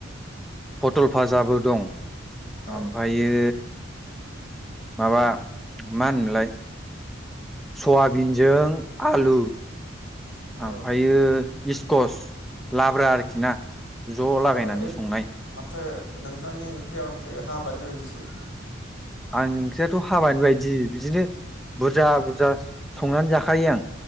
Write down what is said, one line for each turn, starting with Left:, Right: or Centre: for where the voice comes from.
Centre: फटल फाजाबो दं
Left: औ
Centre: ओमफायो माबा मा होनोमोनलाय सयाबिनजों आलु ओमफ्रायो
Left: औ ओ
Centre: इस्कस लाब्रा आरोखि ना ज' लागायनानै
Left: ओरै
Centre: संनाय
Left: माथो नोंथांनि ओंख्रिया माथो हाबानि बायदिसो
Centre: आंनि ओंख्रियाथ' हाबानि बायदि बिदिनो बुरजा बुरजा संनानै जाखायो आं